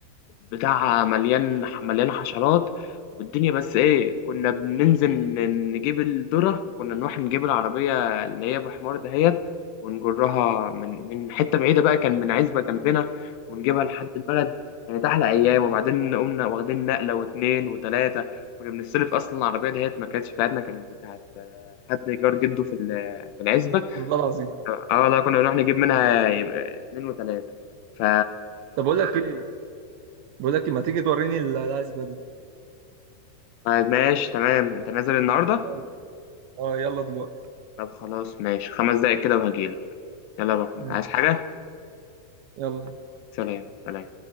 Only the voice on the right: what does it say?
والله العظيم
طب اقول لك ايه بقول لك إيه، ما تيجي توريني ال- العزبه دي
يلا اه يلا دلوقتي
ماشي
يلا